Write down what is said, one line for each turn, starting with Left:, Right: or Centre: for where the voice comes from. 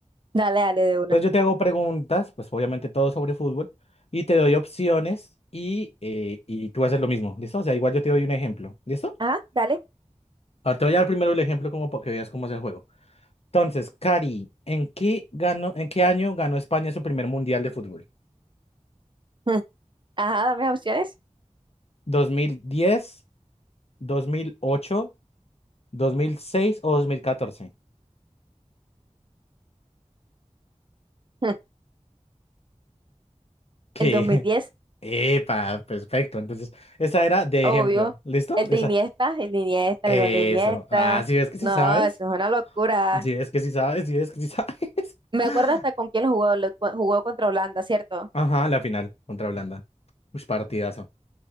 Right: Dale, dale, de una.
Left: Entonces yo te hago preguntas, pues obviamente todo sobre fútbol, y te doy opciones y, eh, y tú haces lo mismo, ¿listo? O sea, igual yo te doy un ejemplo, ¿listo?
Right: Ajá, dale.
Left: Ahora te voy a dar primero el ejemplo como para que veas cómo es el juego. Entonces, Cari, ¿en qué ganó, en qué año ganó España su primer mundial de fútbol?
Right: <laughs> Mm. Ajá, dame las opciones.
Left: Dos dos mil mil diez, dos mil ocho, dos mil seis o 2014.
Right: <laughs> Mm.
Left: ¿Qué?
Right: El dos mil diez,
Left: <laughs> Epa, perfecto. Entonces, esa era de
Right: obvio.
Left: ejemplo, ¿listo?
Right: El de
Left: Esa.
Right: Iniesta, el de Iniesta,
Left: Eso.
Right: el gol de Iniesta.
Left: Ah, sí ves que sí
Right: No,
Left: sabes.
Right: eso es una locura.
Left: Si es que sí sabes, si es que sí sabes.
Right: Me
Left: <laughs>
Right: acuerdo hasta con quién lo jugó, lo- jugó contra Holanda, ¿cierto?
Left: Ajá, la final contra Holanda. Uy, partidazo.